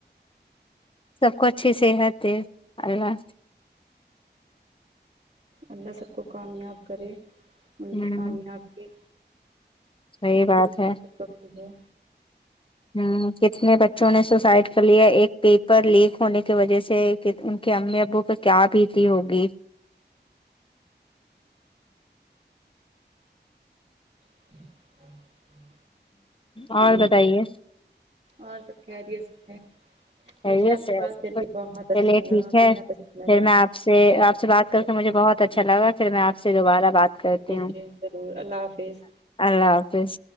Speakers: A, on the left (about 30°); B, on the right (about 40°).
A: سب کو اچھے سے ہےتے اللہ
B: اللہ سب کو کامیاب کرے ان
A: ہ
B: کی کامیاب کی
A: صحیح
B: ان
A: بات
B: کی د
A: ہے
B: ہے
A: ہ کتنے بچوں نے سوسائڈ کر لیا ایک پیپر لیک ہونے کی وجہ سے ان کے امی ابو پہ کیا بھیتی ہوگی
B: <inaudible>
A: اور
B: جی
A: بتائیے
B: اور سب خیریت ہیں
A: خیریت
B: مجھے آپ سے
A: ہے
B: بات
A: سب
B: کر
A: کچھ
B: کے بہت اچھا
A: چلیے
B: لگا
A: ٹھیک ہے
B: بےحد اچھا لگااء
A: پھر میں آپ سے
B: ال
A: آپ سے بات کر کے مجھے بہت اچھا لگا پھر میں آ سے دوبارہ بات کرتی
B: جی
A: ہوں
B: جی ضرور اللہ حافظ
A: اللہ حافظ